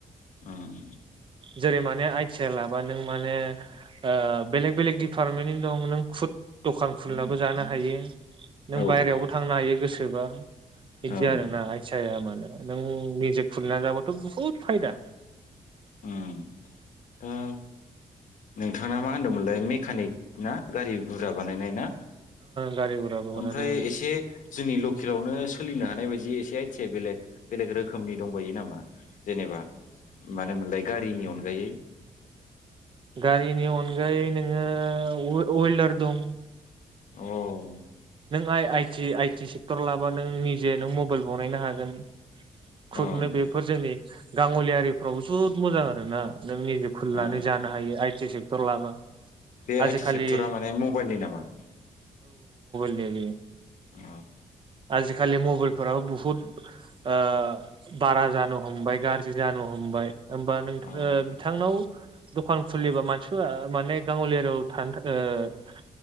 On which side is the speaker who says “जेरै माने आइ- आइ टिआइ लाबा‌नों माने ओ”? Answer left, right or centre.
Right